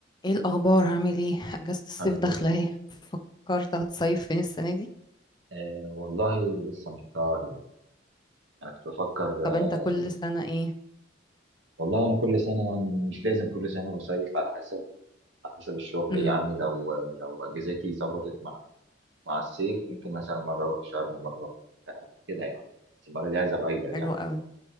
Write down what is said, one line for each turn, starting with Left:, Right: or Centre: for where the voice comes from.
Left: ايه الاخبار هعمل ايه اجازة الصيف
Right: الحمد
Left: داخلة
Right: لله
Left: اهي فكرت هتصيف فين السنة دي
Right: آه والله لسه محتار يعني انا كنت بفكر آه،
Left: طب انت كل
Right: اشوف
Left: سنة ايه
Right: والله انا كل سنه يعني مش لازم كل سنه بصيف على حسب على حسب الشغل
Left: امم
Right: يعني لو لو اجازاتي ظبطت مع مع الصيف ممكن مثلا مره اروح شرم ومره اروح آه، كده يعني بس المره دي عايز اغير
Left: حلو
Right: يعني شويه
Left: قوي